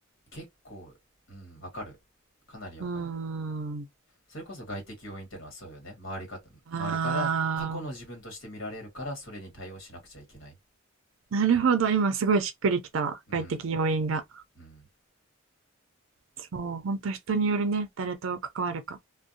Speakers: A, on the left; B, on the right.
A: 結構、うん、わかる。かなりわかる。
B: うーん
A: それこそ外的要因ってのはそうよね。周りか、
B: あ
A: 周りから過去の自分として見られるから、それに対応しなくちゃいけない。
B: ーなるほど今すごいしっくりきたわ外的要因が
A: うん、うん、
B: そう本当人によるね誰と関わるか